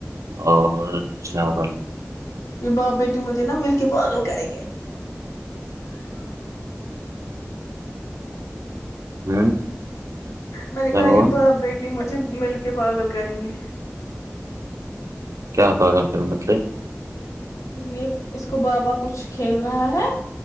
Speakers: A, on the right; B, on the left.
A: اور چاول
B: یہ باپ بیٹی مجھے نا مل کے فالو کریں گے
A: ہوں
B: میں نے
A: کیا
B: کہا
A: ہوا
B: یہ باپ بیٹی مجھے مل کے پاگل کریں گے
A: کیا تھا گن پ متلے
B: یہ اس کو بابا کچھ کھیل رہا ہے